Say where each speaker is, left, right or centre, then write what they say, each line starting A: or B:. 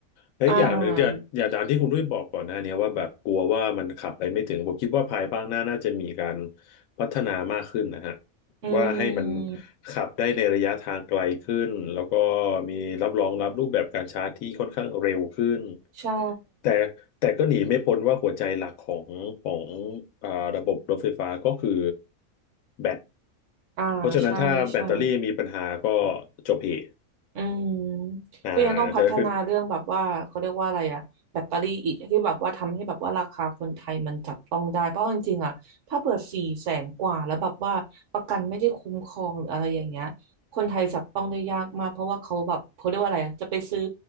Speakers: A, on the left; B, on the right.
A: และอีกอย่างหนึ่งที่อย่างอย่างตามที่คุณด้วยบอกก่อนหน้าเนี้ยว่าแบบกลัวว่ามันขับไปไม่ถึงผมคิดว่าภายภาคหน้าน่าจะมีการ
B: อ่า
A: พัฒนามากขึ้นนะฮะ
B: อื
A: ว่าให้มัน
B: ม
A: ขับได้ในระยะทางไกลขึ้นแล้วก็มีรับรองรับรูปแบบการชาร์จที่ค่อนข้างเร็วขึ้น
B: ใช่
A: แต่แต่ก็หนีไม่พ้นว่าหัวใจหลักของของอ่าระบบรถไฟฟ้าก็คือแบต
B: อ่าใช่ใช่
A: เพราะฉะนั้นถ้าแบตเตอรี่มีปัญหาก็จบเหตุ
B: อืม
A: อ่าจะคือ
B: ก็ยังต้องพัฒนาเรื่องแบบว่าเขาเรียกว่าอะไรอะแบตเตอรี่อีกที่แบบว่าทำให้แบบว่าราคาคนไทยมันจับต้องได้เพราะจริงๆอะถ้าเผื่อสี่แสนกว่าแล้วแบบว่าประกันไม่ได้คุ้มครองหรืออะไรอย่างเงี้ยคนไทยจับต้องได้ยากมากเพราะว่าเขาแบบเขาเรียกว่าอะไรจะไปซื้อ